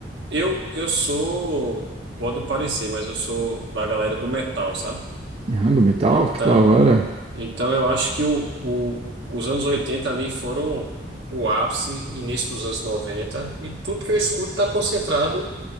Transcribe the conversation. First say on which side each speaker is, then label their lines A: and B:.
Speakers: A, on the right; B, on the right.
A: eu eu sou, pode não parecer, mas eu sou da galera do metal, sabe?
B: Ah, do metal?
A: Então,
B: Que da hora.
A: Então, eu acho que o, o- os anos 80 ali foram o ápice, início dos anos 90 e tudo que eu escuto está concentrado